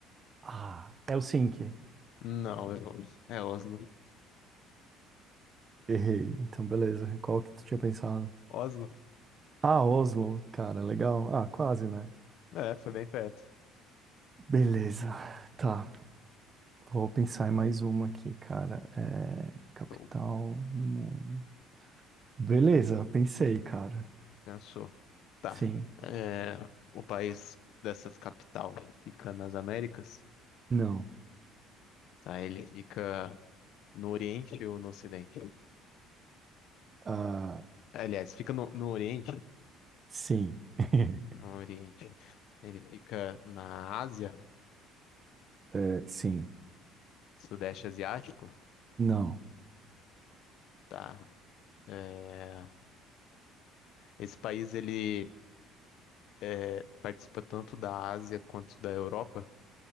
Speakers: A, on the right; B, on the left.
A: Ah, Helsinki.
B: Não, é oslo é Oslo.
A: Errei. Então, beleza. Qual que tu tinha pensado?
B: Oslo?
A: Ah, Oslo. Cara, legal. Ah, quase, né?
B: É, foi bem perto.
A: Beleza. Tá. Vou pensar em mais uma aqui, cara. É... Capital
B: Show.
A: do mundo. Beleza, pensei, cara.
B: Pensou. Tá.
A: Sim.
B: É, o país dessa capital fica nas Américas,
A: Não.
B: tá? Ele fica no Oriente ou no Ocidente?
A: Ah,
B: Aliás, fica no, no Oriente,
A: sim. <laughs>
B: no Oriente. Ele fica na Ásia,
A: É, sim.
B: Sudeste Asiático,
A: Não.
B: tá? É, esse país ele é, participa tanto da Ásia quanto da Europa?